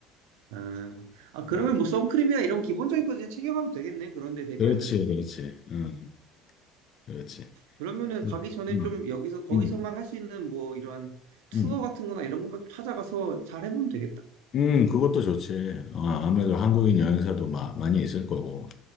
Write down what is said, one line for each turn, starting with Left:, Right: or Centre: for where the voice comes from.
Right: 아, 아, 그러면
Left: 어,
Right: 뭐 선크림이나 이런 기본적인 거 그냥 챙겨가면 되겠네. 그런데 대비하려면.
Left: 그렇지, 그렇지. 응, 그렇지.
Right: 그러면은 가기
Left: 응,
Right: 전에
Left: 응,
Right: 좀 여기서 거기서만
Left: 응,
Right: 할 수 있는 뭐 이러한 투어
Left: 응.
Right: 같은 거나 이런 것만 좀 찾아가서 잘 해보면 되겠다.
Left: 음, 그것도 좋지. 어, 아무래도 한국인 여행사도 마, 많이 있을 거고.